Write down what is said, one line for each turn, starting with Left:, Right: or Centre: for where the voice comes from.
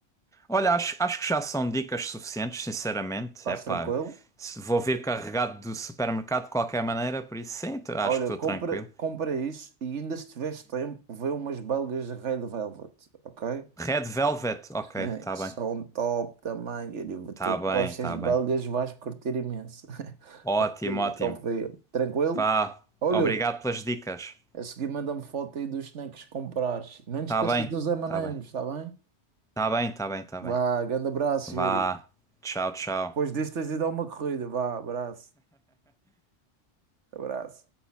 Centre: Olha, acho, acho que já são dicas suficientes, sinceramente.
Right: Estás
Centre: Epá,
Right: tranquilo?
Centre: se- vou vir carregado do supermercado de qualquer maneira, por isso sim, t- acho
Right: Olha,
Centre: que estou
Right: compra,
Centre: tranquilo.
Right: compra isso e ainda se tiveres tempo, vê umas belgas de Red Velvet, ok?
Centre: Red Velvet, ok,
Right: Eh,
Centre: tá
Right: São
Centre: bem.
Right: top também, querido. Tu
Centre: Tá
Right: que
Centre: bem,
Right: gostas
Centre: tá
Right: de
Centre: bem.
Right: belgas, vais curtir imenso. <laughs>
Centre: Ótimo,
Right: Confia,
Centre: ótimo.
Right: confia. Tranquilo?
Centre: Vá,
Right: Olha.
Centre: obrigado pelas dicas.
Right: A seguir manda-me foto aí dos snacks que comprares. Não te
Centre: Tá
Right: esqueças
Centre: bem,
Right: dos M&M's,
Centre: tá bem.
Right: está bem?
Centre: Tá bem, tá bem, tá
Right: Vá,
Centre: bem.
Right: grande abraço,
Centre: Vá.
Right: Yuri.
Centre: Tchau, tchau.
Right: Depois disto tens de dar uma corrida. Vá, abraço. Abraço.